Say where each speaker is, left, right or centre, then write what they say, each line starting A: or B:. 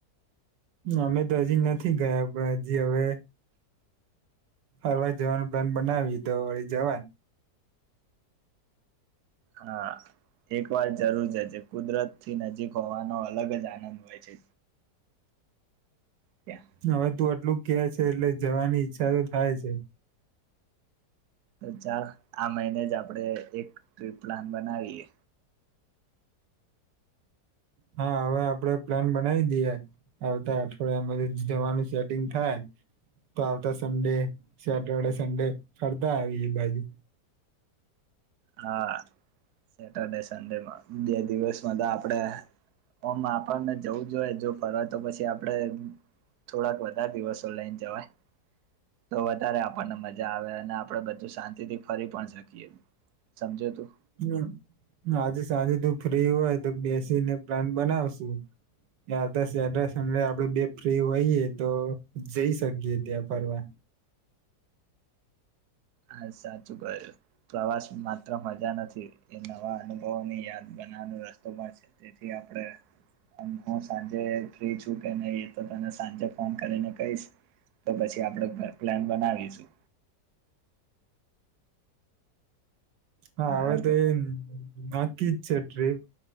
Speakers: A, on the right (about 85°); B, on the right (about 70°).
A: અમે તો હજી નથી ગયા પણ હજી હવે અરવા જવાનું પ્લાન બનાવી તો જવા
B: હા એક વાર જરૂર જ છે કુદરત થી નજીક હોવાનો અલગ જ આનંદ હોય છે ત્યાં
A: હવે તું એટલું ક છે એટલે જવાની ઈચ્છા તો થાય છે
B: તો ચાલ આ મહિને જ આપણેે એક ટ્રીપ પ્લાન બનાવીએ
A: હા હવે આપડે પ્લાન બનાવી દઈએ આવતા અઠવાડિયામાં જવાનું સેટિંગ થાય તો આવતા સન્ડે સેટરડે સન્ડે ફરતા આવીએ બાજુ
B: હા સેટરડે સન્ડેમાં બે દિવસમાં તો આપણેે ઓમ આપણને જવું જોઈએ જો ફરવાય તો પછી આપડણે થોડાક વધા દિવસો લઈને જવાય તો વધારે આપણને મજા આવે અને આપણે બધું શાંતિથી ફરી પણ શકીએ સમજે તોું
A: હમ આજે સાંજે તું ફ્રી હોય તો બેસીને પ્લાન બનાવશુ આા સમે આપડ બે ફ્રી હોઈએ તો જઈ શકીએ ત્યાં ફરવા
B: હ સાચું ક પ્રવાસ માત્ર મજા નથી એ નવા અનુભવોની યાદ બનાવાનો રસ્તો પણ છે તેથી આપણે હું સાંજે ફ્રી છું કે નહીં એ તો તને સાંજે ફોન કરીને કહીશ તો પછી આપણે પ્લાન બનાવીશું
A: હા હવે
B: કારણ
A: તો
B: કે
A: એ નક્કી જ છે ટ્રીપ